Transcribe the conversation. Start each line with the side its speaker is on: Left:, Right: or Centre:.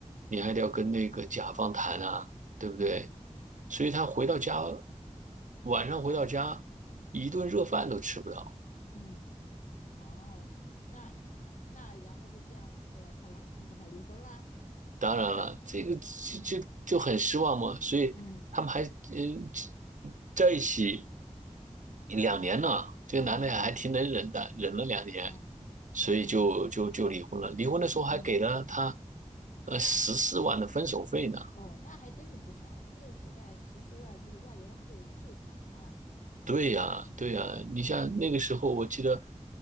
Right: 你还得要跟那个甲方谈啊，对不对？
Left: 嗯
Right: 所以她回到家，晚上回到家，一顿热饭都吃不到。
Left: 嗯，哦，那那然后就这样子，后来她老公跟她离婚啦。
Right: 当然了，这个这这就很失望嘛。
Left: 哦，
Right: 所以他们还嗯
Left: 嗯，
Right: 在一起。两年了，这个男的还挺能忍的，
Left: 哦
Right: 忍了两年，
Left: 哦，
Right: 所以就就就离婚了。
Left: 嗯
Right: 离婚的时候还给了他，
Left: 嗯，
Right: 呃，十四万的分手费呢。
Left: 哦，那还真是不少，那个时代十四万就是万元户巨款了。
Right: 对呀，对呀，
Left: 嗯
Right: 你像那个时候，我记得